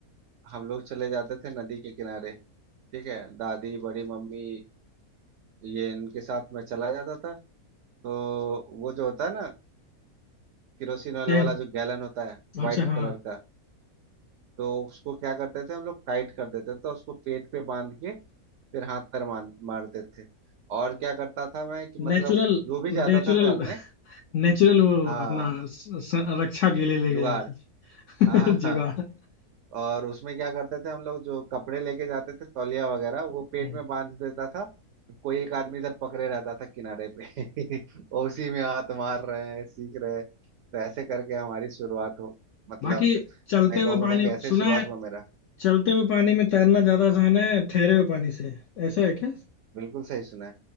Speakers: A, on the right (about 65°); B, on the left (about 65°).
A: हम लोग चले जाते थे नदी के किनारे ठीक है दादी बड़ी मम्मी ये इनके साथ मैं चला जाता था तो वो जो होता है ना किरोसिन ऑयल
B: चैन
A: वाला जो गैलन होता है
B: अच्छा
A: वाइट
B: हाँ
A: कलर का तो उसको क्या करते थे हम लोग टाइट कर देते थे तो उसको पेट पे बांध के फिर हाथ पैर मार मारते थे और क्या करता था मैं कि मतलब
B: नेचुरल
A: जो भी जाता
B: नेचुरल
A: था तैरने
B: नेचुरल वो
A: हाँ
B: अपना स, स, रक्षा के लिए ले
A: जुगाड़
B: गए जाते थे <laughs>
A: हाँ हाँ
B: जुगाड़
A: हाँ, और उसमें क्या करते थे हम लोग जो कपड़े लेके जाते थे तौलिया वगैरह वो पेट
B: हम्म।
A: में बांध देता था कोई एक आदमी इधर पकड़े रहता था किनारे पे <laughs> और उसी में हाथ मार रहे हैं सीख रहे हैं तो ऐसे करके हमारी शुरुआत हो मतलब
B: बाकी चलते
A: मैं
B: हुए
A: कहूंगा
B: पानी
A: कि ऐसे
B: सुना
A: ही शुरुआत
B: है
A: हुआ मेरा
B: चलते हुए पानी में तैरना ज्यादा आसान है ठहरे हुए पानी से ऐसा है क्या
A: बिल्कुल सही सुना है